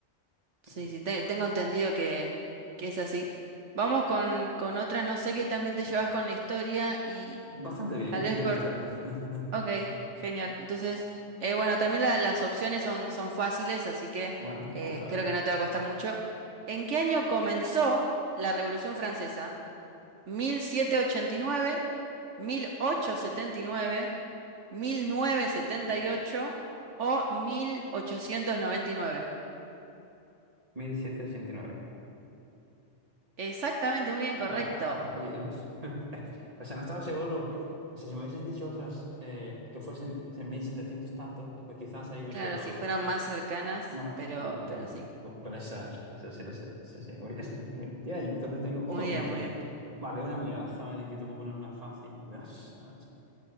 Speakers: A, on the right; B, on the right.
A: Sí,
B: Venga.
A: sí, te- tengo entendido que, que es así. Vamos con, con otra, no sé qué también te llevas con la historia y
B: Bastante bien
A: tal vez
B: <laughs> la
A: por...
B: historia. <laughs>
A: Ok, genial. Entonces, eh, bueno, también la- las opciones son, son fáciles, así que
B: Bueno,
A: eh,
B: vamos a ver.
A: creo que no te va a costar mucho. ¿En qué año comenzó la Revolución Francesa? Mil mil mil setecientos ochenta y y nueve, nueve, ochocientos setenta y nueve, mil novecientos setenta y ocho o 1899.
B: mil setecientos ochenta y nueve.
A: Exactamente, muy bien, correcto.
B: Ah, muy bien. <laughs> O sea, no estaba seguro.
A: Sí, sí.
B: O sea, si me hubieses dicho otras eh, que fuesen en 1700 tantos, pues quizás ahí hubiese
A: Claro,
B: dudado.
A: si fueran
B: Pero
A: más cercanas,
B: más,
A: pero,
B: más cercana.
A: pero sí.
B: Pero esa, esa sí lo sé. Sí, sí, muy bien. <laughs> Bien. Y ahí, entonces tengo otro
A: Muy bien,
B: punto.
A: muy bien.
B: Vale, una mía. Déjame ver que te puedo poner una fácil. Ya sabes.